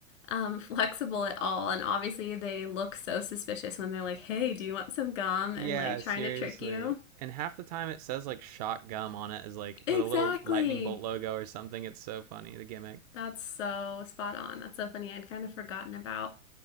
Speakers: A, on the left; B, on the right.
A: um, <laughs> flexible at all. And obviously, they look so suspicious when they're like, hey, do you want some gum? And
B: yeah,
A: like trying
B: seriously.
A: to trick you.
B: And half the time it says like shock gum on it is like
A: Exactly.
B: with a little lightning bolt logo or something. It's so funny, the gimmick.
A: That's so spot on. That's so funny. I'd kind of forgotten about